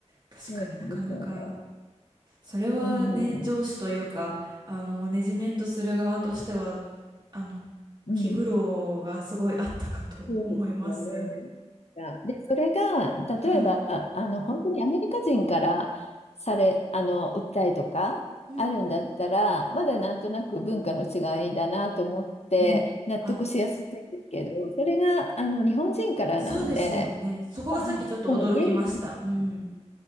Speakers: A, on the right; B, on the left.
A: 確かになかなか
B: そうなんですよね。
A: それはね上司というかあのマネジメントする側としては
B: うん。
A: あの
B: うん。
A: 気苦労がすごいあったかと思います。
B: そうですよね。がで、それが、
A: はい。
B: 例えば、あの、本当にアメリカ人からされ、あの、訴えとかあるんだったら、
A: うんうん
B: まだなんとなく文化の違いだなと思って納得しやすいんですけど、
A: うん。うんあ、
B: それが、あの、日本人からなんで、
A: そうですよね。そこがさっきちょっと驚きました。
B: まあそう、現地、
A: うん。